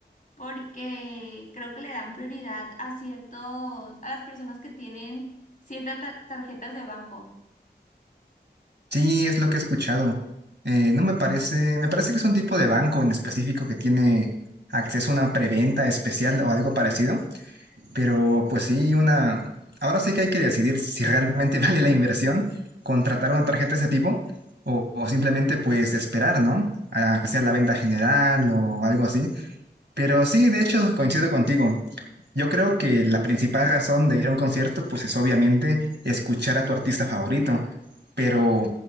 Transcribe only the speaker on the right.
Sí, es lo que he escuchado. Eh, no me parece, me parece que es un tipo de banco en específico que tiene acceso a una preventa especial o algo parecido. Pero pues sí, una, ahora sí que hay que decidir si realmente <laughs> vale la inversión contratar una tarjeta de ese tipo o, o simplemente pues esperar, ¿no? A que sea la venta general o algo así. Pero sí, de hecho, coincido contigo. Yo creo que la principal razón de ir a un concierto, pues es obviamente escuchar a tu artista favorito, pero